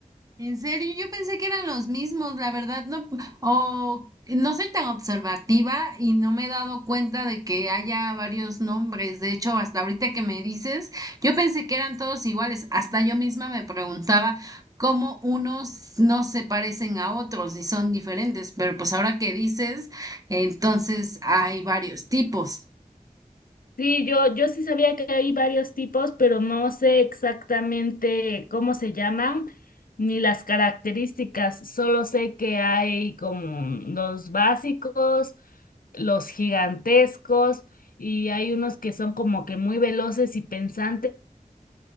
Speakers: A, on the right; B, on the left.
A: En serio, yo pensé que eran los mismos, la verdad, no, o no soy tan observativa y no me he dado cuenta de que haya varios nombres. De hecho, hasta ahorita que me dices, yo pensé que eran todos iguales. Hasta yo misma me preguntaba cómo unos no se parecen a otros y son diferentes, pero pues ahora que dices, entonces hay varios tipos.
B: Sí, yo, yo sí sabía que hay varios tipos, pero no sé exactamente cómo se llaman ni las características. Solo sé que hay como los básicos, los gigantescos y hay unos que son como que muy veloces y pensantes,